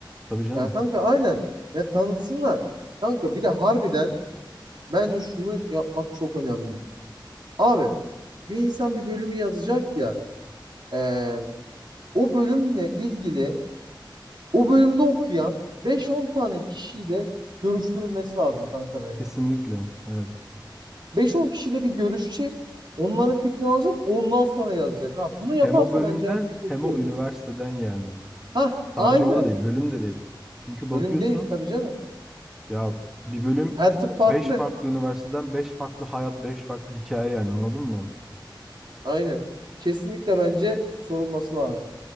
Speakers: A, in the centre; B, on the right.
A: Tabii canım.
B: Ya kanka aynen. Ya tanıtsınlar. Kanka bir de harbiden Bence şunu yapmak çok önemli. Abi bir insan bir bölümü yazacak ya eee, o bölümle ilgili o bölümde okuyan 5-10 tane kişiyle görüştürülmesi lazım kanka bence.
A: Kesinlikle. Evet.
B: 5-10 kişiyle bir görüşecek. Onların fikrini alacak. Ondan sonra yazacak. Ha, bunu yaparsa
A: Hem o bölümden
B: bence herkes
A: hem
B: okuyor
A: o üniversiteden
B: olur.
A: yani.
B: Ha, aynen.
A: Sadece o da değil, bölüm de değil. Çünkü bakıyorsun
B: Bölüm değil tabii canım.
A: ya bir bölüm
B: Her tip farklı.
A: 5 farklı üniversiteden 5 farklı hayat, 5 farklı hikaye yani anladın mı?
B: Aynen. Kesinlikle bence sorulması lazım.